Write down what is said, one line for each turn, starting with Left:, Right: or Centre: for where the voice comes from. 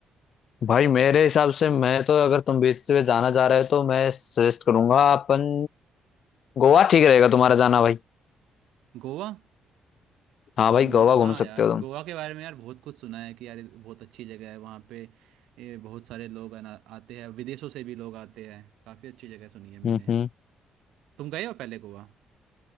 Left: भाई मेरे हिसाब से मैं तो अगर तुम बीच से जाना चाह रहे हो तो मैं सजेस्ट करूंगा अपन गोवा ठीक रहेगा तुम्हारा जाना भाई
Right: गोवा
Left: हाँ
Right: तो
Left: भाई
Right: मुझे
Left: गोवा
Right: हाँ
Left: घूम
Right: यार
Left: सकते हो तुम
Right: गोवा के बारे में यार बहुत कुछ सुना है कि यार ये बहुत अच्छी जगह है वहाँ पे ये बहुत सारे लोग आना आते हैं विदेशों से भी लोग आते हैं काफ़ी अच्छी जगह सुनी है मैंने
Left: हम्म हम्म
Right: तुम गए हो पहले गोवा